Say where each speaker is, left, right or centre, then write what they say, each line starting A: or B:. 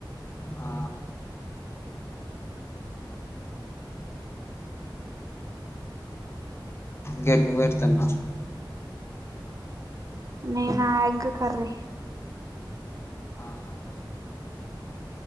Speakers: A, on the left; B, on the right.
A: ఆ గెట్ నువేటి తిన్నావ్
B: నేనా ఎగ్గ్ కర్రీ
A: ఆహ